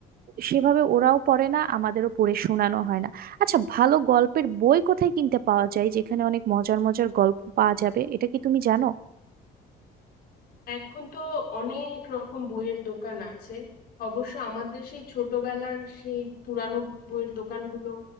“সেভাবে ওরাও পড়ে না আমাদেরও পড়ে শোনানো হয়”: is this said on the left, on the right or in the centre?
Right